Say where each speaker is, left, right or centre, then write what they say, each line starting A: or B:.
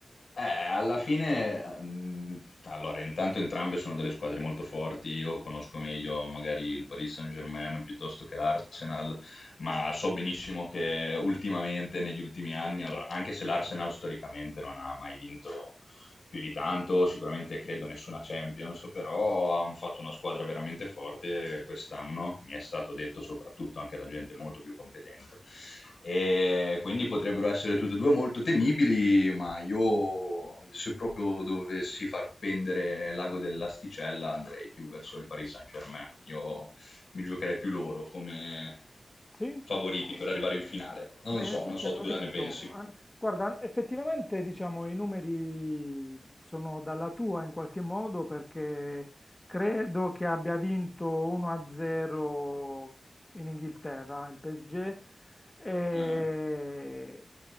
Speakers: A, on the left; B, on the left.
A: Eh, alla fine, mm, allora, intanto entrambe sono delle squadre molto forti. Io conosco meglio magari il Paris Saint-Germain piuttosto che l'Arsenal, ma so benissimo che ultimamente, negli ultimi anni, allora, anche se l'Arsenal storicamente non ha mai vinto più di tanto, sicuramente credo nessuna Champions, però hanno fatto una squadra veramente forte quest'anno, mi è stato detto soprattutto anche da gente molto più competente e quindi potrebbero essere tutte e due molto temibili, ma io se proprio dovessi far pendere l'ago dell'asticella andrei più verso il Paris Saint-Germain. Io mi giocherei più loro come
B: Sì?
A: favoriti per arrivare in finale. Non
B: Beh,
A: so,
B: in effetti
A: non so
B: hanno
A: tu cosa
B: vinto.
A: ne pensi.
B: Han- Guarda, effettivamente diciamo i numeri sono dalla tua in qualche modo perché credo che abbia vinto 1-0 in Inghilterra il PSG e
A: Ah.